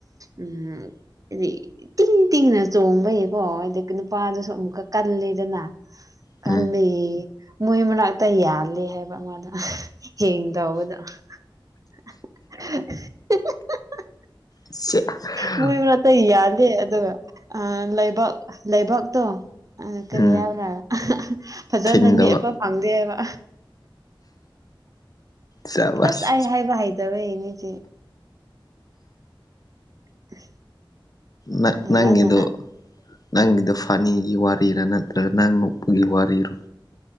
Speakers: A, on the right; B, on the left.
A: ꯎꯝ ꯍꯥꯏꯗꯤ ꯇꯤꯡ ꯇꯤꯡꯅ ꯆꯣꯡꯕꯌꯦꯀꯣ ꯍꯥꯏ ꯅꯨꯄꯥꯗꯨꯁꯨ ꯑꯃꯨꯛꯀ ꯀꯜꯂꯦꯗꯅ
B: ꯎꯝ
A: ꯀꯜꯂꯤ ꯃꯣꯏ ꯃꯅꯥꯛꯇ ꯌꯥꯜꯂꯤꯦ ꯍꯥꯏꯕ ꯃꯥꯗ ꯍꯦꯡ ꯇꯕꯗꯣ <unintelligible>
B: ꯑꯦ
A: ꯃꯣꯏ ꯃꯔꯠꯇ ꯌꯥꯗꯦ ꯑꯗꯨꯒ ꯂꯩꯕꯛ ꯂꯩꯕꯛꯇꯣ ꯑ ꯀꯔꯤ
B: ꯎꯝ
A: ꯌꯥꯕ꯭ꯔꯥ ꯐꯖꯅꯅꯤ
B: ꯊꯤꯡꯗꯕ
A: ꯋꯥ
B: ꯆꯥꯕꯁ
A: ꯑꯁ ꯑꯩ ꯍꯥꯏꯕ ꯍꯩꯗꯕꯦ ꯏꯅꯤꯁꯦ <inaudible>
B: ꯅ
A: ꯐꯖꯅ
B: ꯅꯪꯗꯨ ꯅꯪꯒꯤꯗ ꯐꯥꯅꯤꯒꯤ ꯋꯥꯔꯤꯔꯥ ꯅꯠꯇ꯭ꯔꯒ ꯅꯪ ꯅꯣꯛꯄꯒꯤ ꯋꯥꯔꯤꯔꯣ